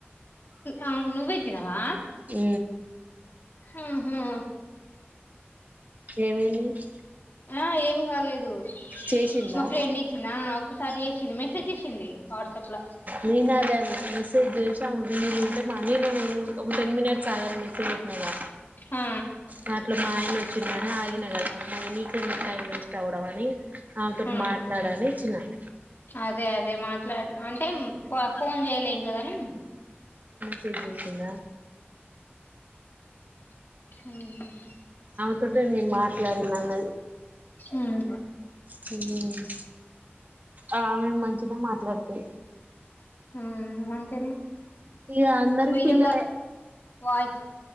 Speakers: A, on the left; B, on the right.
A: ఆ నువ్వైతినవా
B: అ
A: ఆహా
B: ఏమైంది
A: ఆ ఏం కాలేదు
B: చేసిందా
A: మా ఫ్రెండ్ ఇచ్చిన అకు సది చేేసింది మెసేజ్ చేసింది వాట్సాప్ లో
B: రీనా దన్ చేసాం వీలుంటే మానీ ఒక టెన్ మినిట్స్ ఆగా మెసేజ్ పెట్నాగా
A: ఆ
B: దట్లో మాయన వచ్చిన్నానే ఆ ఇ అమ నీకెందుకు టైం వేస్ట్ అవ్వడం అని ఆతోటి
A: ఆ
B: మాట్లాడనిచ్చిన <inaudible>
A: అదే అదే మాట్లాడ అంటే ఫోన్ చేయలే ఇంకాదని
B: చే చేసిన
A: అ
B: అటే నేను మాట్లాడినన్న
A: ఉమ్
B: హ ఆ మేము మంచిగా మాట్లాడుతే
A: హ చనే
B: ఇక అందరికి
A: వడ
B: పిల్లలే
A: కాల్ వాయిస్